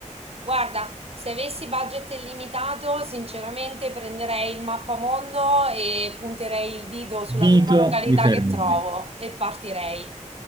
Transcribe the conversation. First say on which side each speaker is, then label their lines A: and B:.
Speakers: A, on the right; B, on the right.
A: Guarda, se avessi budget illimitato, sinceramente prenderei il mappamondo e punterei il dito sulla
B: Dito,
A: prima località
B: mi fermo.
A: che trovo
B: qui.
A: e partirei.